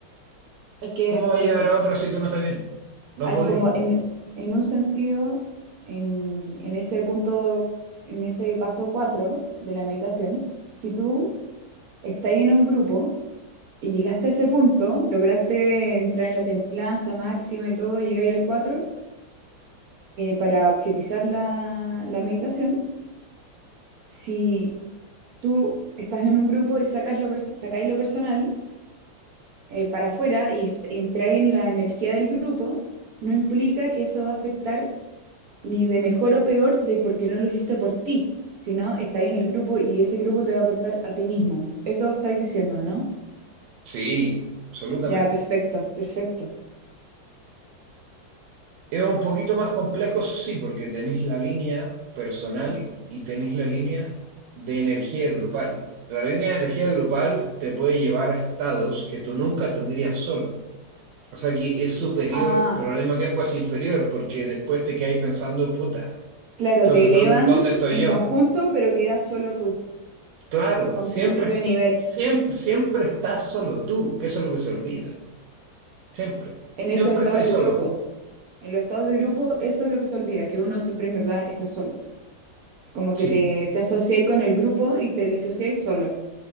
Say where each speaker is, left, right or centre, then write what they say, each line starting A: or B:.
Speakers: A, on the right; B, on the right.
A: es que
B: ¿Cómo vas
A: por
B: a ayudar
A: eso,
B: a otros si tú no estás bien? No
A: al
B: podí.
A: como en, en un sentido, en, en ese punto, en ese paso 4 de la meditación, si tú estás en un grupo y llegaste a ese punto, lograste entrar en la templanza máxima y todo, llegáis al 4 para objetizar la, la meditación, si tú estás en un grupo y sacas lo, pers- sacáis lo personal, eh, para afuera y est- entrar en la energía del grupo, no implica que eso va a afectar ni de mejor o peor de porque no lo hiciste por ti, sino estáis en el grupo y ese grupo te va a aportar a ti mismo. Eso estáis diciendo, ¿no?
B: Sí, absolutamente.
A: Ya, perfecto, perfecto.
B: Es un poquito más complejo, eso sí, porque tenéis la línea personal y tenéis la línea de energía grupal. La línea de energía grupal te puede llevar a estados que tú nunca tendrías solo. O sea que es superior,
A: Ah,
B: pero al mismo tiempo es inferior, porque después te quedáis pensando, puta,
A: claro,
B: entonces,
A: te elevan
B: ¿dónde, dónde estoy
A: en
B: yo?
A: conjunto, pero quedas solo tú,
B: Claro,
A: con
B: siempre,
A: tu propio nivel,
B: siempre, siempre estás solo tú, que eso es lo que se olvida. Siempre,
A: en
B: siempre
A: esos estados
B: estás
A: de
B: solo.
A: grupo. En los estados de grupo, eso es lo que se olvida, que uno siempre en verdad está solo. Como
B: Sí.
A: que te, te asociáis con el grupo y te disociáis solo.